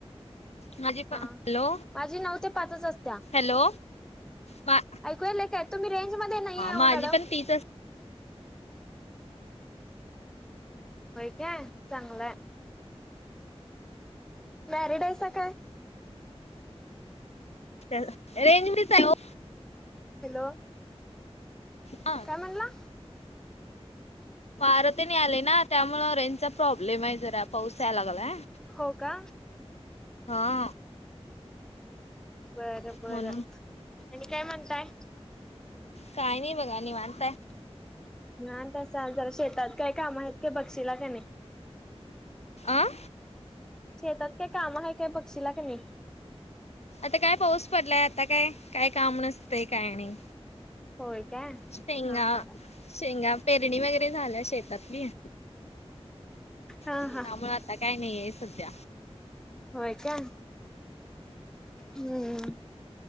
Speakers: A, on the left (about 75°); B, in the centre.
A: माझी पण
B: हा
A: हॅलो
B: माझी नऊ ते पाचच असत्या
A: हॅलो मा
B: ऐकू याले काय तुम्ही रेंज मध्ये नाहीयाय
A: माझी
B: ओ मॅडम
A: पण तीच असते
B: होय काय चांगलाय मॅरिड हायसा काय
A: रेंज मधीच आहे हो
B: हॅलो
A: हा
B: काय म्हणला
A: वार तेन यायलय ना त्यामुळं रेंजचा प्रॉब्लेम आहे जरा पाऊस याय लागलाय
B: हो का
A: हा
B: बरं बर
A: म्हणून
B: आणि काय म्हणताय
A: काही नाही बघा निवांताय
B: घान तसा जरा शेतात काय काम हायत काय बक्षीला का नाई
A: आं
B: शेतात काय काम आहे काय बक्षीला का नाही
A: आता काय पाऊस पडलाय आता काय काय काम नसतंय काय नाही
B: होय काय
A: शेंगा
B: हा हा
A: शेंगा पेरणी वगैरे झाल्या शेतात बि
B: हा
A: त्यामुळे
B: हा
A: आता काय नाही आहे सध्या
B: होय काय हम्म